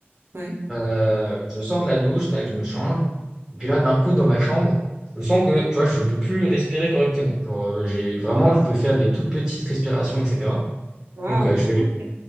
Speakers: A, on the right (about 70°); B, in the centre.
A: Ouais.
B: Euh, je sors de la douche, tac, je me change. Et puis là, d'un coup, dans ma chambre, je sens que, tu vois, je peux plus respirer correctement. Genre, euh, j'ai vraiment, je peux faire des toutes petites respirations, etc.
A: Waouh.
B: Donc, euh, je vais...
A: Ok.